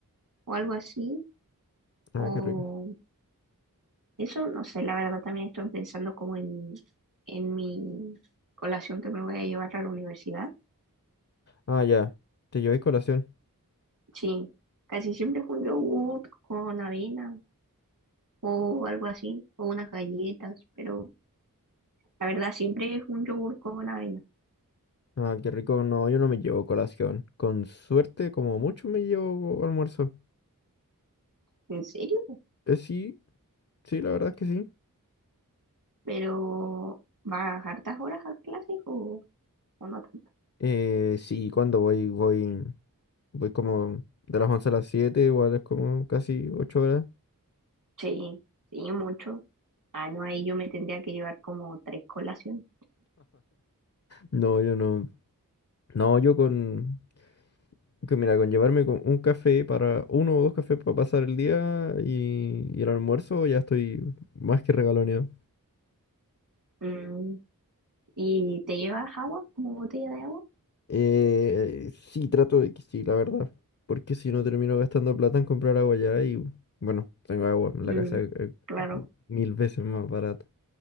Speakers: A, on the right; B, on the left.
A: o algo así.
B: Ah,
A: O
B: qué rico.
A: eso, no sé, la verdad también estoy pensando como en, en mi colación que me voy a llevar a la universidad
B: Ah, ya, te llevé colación.
A: Sí, casi siempre es un yogur con avena o algo así, o unas galletas, pero la verdad siempre es un yogur con avena.
B: Ah, qué rico. No, yo no me llevo colación. Con suerte, como mucho me llevo almuerzo.
A: ¿En serio?
B: Eh, sí, sí, la verdad es que sí.
A: ¿Pero vas hartas horas a clases o, o no tanto?
B: Eh, sí, cuando voy, voy, voy como de las 11 a las siete igual es como casi 8 horas.
A: Sí, sí, mucho. Ah, no, ahí yo me tendría que llevar como tres colaciones.
B: No, yo no. No, yo con, que mira, con llevarme con un café para, uno o dos cafés para pasar el día y, y el almuerzo, ya estoy más que regaloneado.
A: Mm, ¿y te llevas agua, como botella de agua?
B: Eh, eh, sí, trato de que sí, la verdad. Porque si no termino gastando plata en comprar agua ya y, bueno, tengo agua en la
A: Mm,
B: casa eh, eh,
A: claro,
B: mil veces más barata.